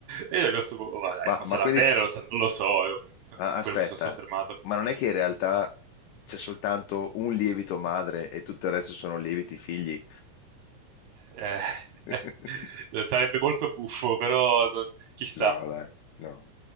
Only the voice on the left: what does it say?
Ma,
ma
quelli,
ah, aspetta,
ma non è che in realtà c'è soltanto un lievito madre e tutto il resto sono lieviti figli?
<laughs>
No, dai, no.